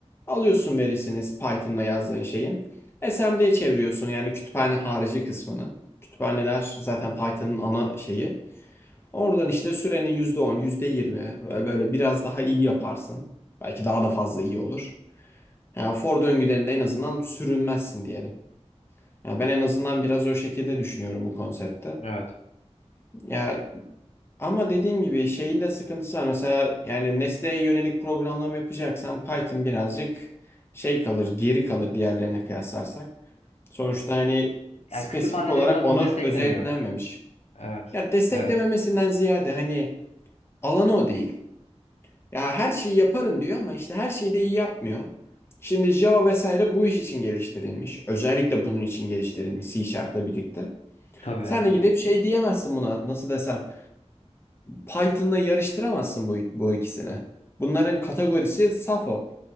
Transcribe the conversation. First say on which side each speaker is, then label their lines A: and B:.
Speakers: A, on the left; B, on the left.
A: Alıyorsun verisini Python'la yazdığın şeyin. SMD'ye çeviriyorsun yani kütüphane harici kısmını. Kütüphaneler zaten Python'ın ana şeyi. Oradan işte sürenin %10, %20 e, böyle biraz daha iyi yaparsın. Belki daha da fazla iyi olur. Yani for döngülerinde en azından sürünmezsin diyelim. Ya ben en azından biraz o şekilde düşünüyorum bu konsepte.
B: Evet.
A: Ya Ama dediğim gibi şeyin de sıkıntısı var. Mesela yani nesneye yönelik programlama yapacaksan Python birazcık şey kalır, geri kalır diğerlerine kıyaslarsak. Sonuçta hani spesifik
B: Yani kütüphaneleri
A: olarak
B: biraz
A: ona
B: bunu desteklemiyor.
A: özetlenmemiş.
B: Evet.
A: Ya desteklememesinden
B: Evet.
A: ziyade hani alanı o değil. Ya her şeyi yaparım diyor ama işte her şeyi de iyi yapmıyor. Şimdi Java vesaire bu iş için geliştirilmiş. Özellikle bunun için geliştirilmiş C Sharp'la birlikte.
B: Tabii
A: Sen
B: evet.
A: de gidip şey diyemezsin buna nasıl desem. Python'la yarıştıramazsın bu, bu ikisini. Bunların kategorisi Safo.